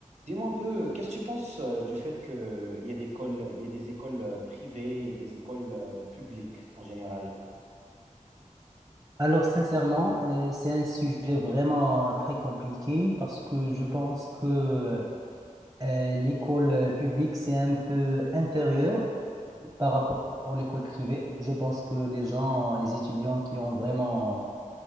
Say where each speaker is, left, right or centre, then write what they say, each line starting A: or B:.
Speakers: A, on the right; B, on the right.
A: Dis-moi un peu, qu'est-ce que tu penses euh, du fait qu'il y a des écoles, il y a des écoles euh, privées et des écoles euh, publiques en général?
B: Alors, sincèrement, euh, c'est un sujet vraiment très compliqué parce que je pense que euh, l'école euh, publique, c'est un peu inférieur
A: Mhm,
B: par rapport à l'école privée. Je pense que les gens, les étudiants qui ont vraiment